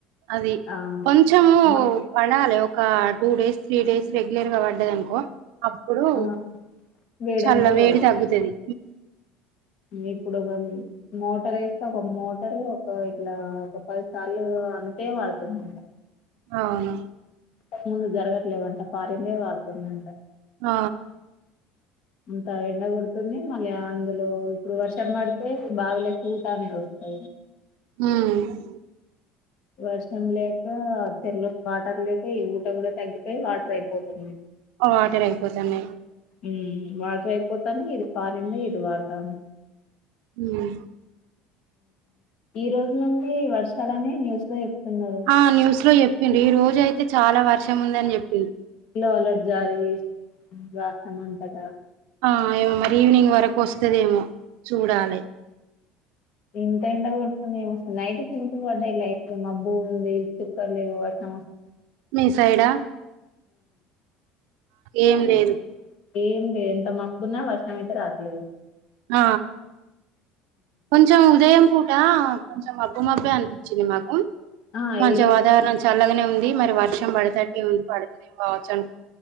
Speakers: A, on the right; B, on the left.
A: అది
B: ఆ
A: కొంచము
B: మ
A: పడాలి ఒక two days three days regular గా పడదానుకో అప్పుడు
B: ఆ, వేడంతా
A: చల్ల
B: పో
A: వేడి తగ్గుతుంది
B: ఇప్పుడు మోటర్ వేస్తే ఒక మోటరు ఒక ఇట్లా ఒక పదిసార్లు అంటే పడుతుందంట
A: అవును
B: సరిగ్గ జరగట్లేవంట పాడిదే పడుతుందంట
A: ఆ
B: ఇంత ఎండ కొడుతుంది మళ్ళీ అందులో ఇప్పుడు వర్షం పడితే బావిలకి ఊటానే వస్తాయి
A: హమ్మ్
B: వర్షం లేక చెరలో వాటర్ లేక ఈ ఊట కూడా తగ్గిపోయి వాటర్ అయిపోతున్నాయి
A: వాటర్ అయిపోతున్నాయి
B: హ్మ్మ్ వాటర్ అయిపోతాను ఇది పాడిదే ఇటుపడతాను
A: హమ్మ్
B: ఈ రోజు నుండి వర్షాలని న్యూస్ లో చెప్తున్నారు
A: ఆ న్యూస్ లో చెప్పింది ఈ రోజ అయితే చాలా వర్షం ఉందని చెప్పి
B: అలర్ట్ జారీ రాస్తామంటట
A: ఆ ఏమో మరి ఈవినింగ్ వరకు వస్తదేమో చూడాలి
B: ఇంత ఎండ పడుతుంది ఏమ వస్తుంది నైట్ సింపులు పడ్డాయిల మబ్బు ఉంది చుక్కర్ లేవు వాటి
A: మీ సైడా ఏం
B: కానీ
A: లేదు
B: ఏం లే ఎంత మగగున్నా వర్షం అయితే రాసలేదు
A: ఆ కొంచెం ఉదయం పూట కొంచెం అబ్బుమబ్బే అనిపించింది మాకు
B: ఆ
A: మంచి
B: ఈ రోజు
A: వాతావరణం చల్లగానే ఉంది మరి వర్షం పడత పడుతుంది ఏం కావచ్చు అనుకు